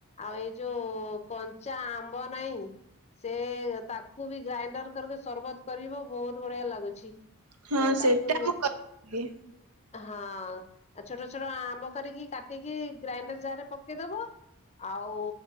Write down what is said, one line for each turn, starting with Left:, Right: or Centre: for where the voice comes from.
Left: ଆଉ ଏଇ ଯୋଉ କଞ୍ଚା ଆମ୍ବ ନାଇଁ? ସେ ତାକୁ ବି ଗ୍ରାଇଣ୍ଡର କରିକି ସରବତ୍ କରିବ ବହୁତ ବଢିଆ ଲାଗୁଛି।
Right: ହଁ
Left: ଆ
Right: ସେଟା
Left: ତାକୁ
Right: ମୁଁ କରିଥିଲି
Left: ହଁ ଛୋଟ ଛୋଟ ଆମ୍ବ କରିକି କାଟିକି ଗ୍ରାଇଣ୍ଡର ଯାରରେ ପକେଇଦବ ଆଉ